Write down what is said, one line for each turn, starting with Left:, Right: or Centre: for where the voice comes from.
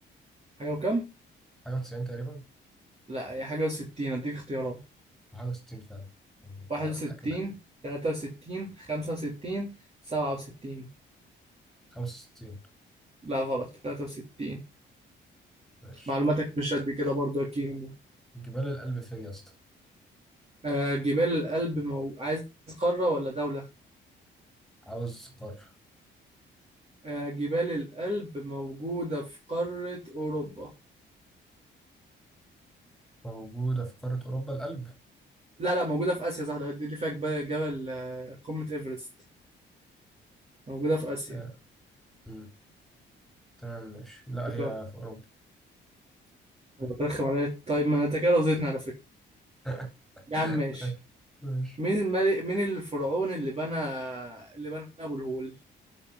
Right: حاجة وكام؟
Centre: حاجة و90 تقريبا
Right: لا هي حاجة وستين اديك اختيارات
Centre: وحاجة و60 فعلا يعني بتاع
Right: واحد وستين
Centre: بتاع كندي
Right: تلاتة وستين خمسة وستين سبعة وستين
Centre: 65
Right: لا غلط تلاتة وستين
Centre: ماشي
Right: معلوماتك مش قد كده برضه يا كيمو
Centre: جبال الألب فين يا اسطى
Right: آه جبال الألب مو... عايز قارة ولا دولة؟
Centre: عاوز قارة
Right: آه جبال الألب موجودة في قارة أوروبا
Centre: موجودة في قارة أوروبا الألب
Right: لا لا موجودة في آسيا صح ده دي اللي فيها جبال جبل آه، قمة إيفرست موجودة في آسيا
Centre: آه. مم. تمام ماشي لا
Right: فكرة
Centre: هي في أوروبا
Right: أنا بترخم عليا طيب ما أنا أنت كده رضيتني على فكرة
Centre: <laughs>
Right: يا عم ماشي
Centre: ماشي ماشي
Right: مين الملك مين الفرعون اللي بنى اللي بنى أبو الهول